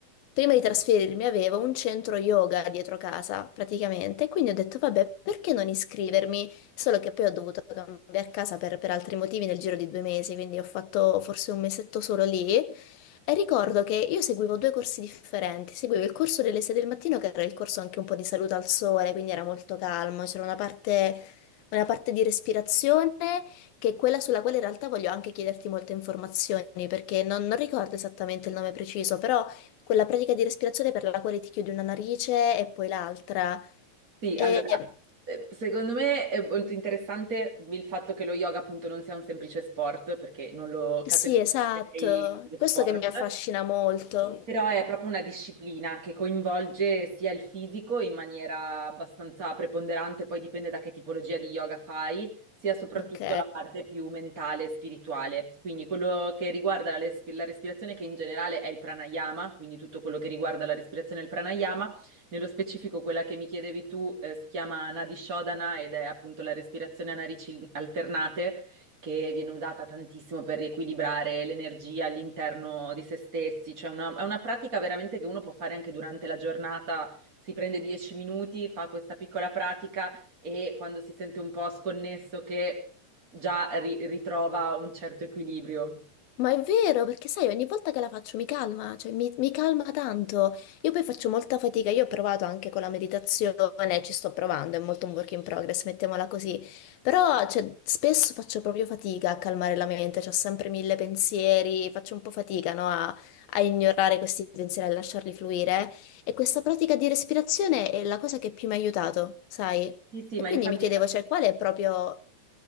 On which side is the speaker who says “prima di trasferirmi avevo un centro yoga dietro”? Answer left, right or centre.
Left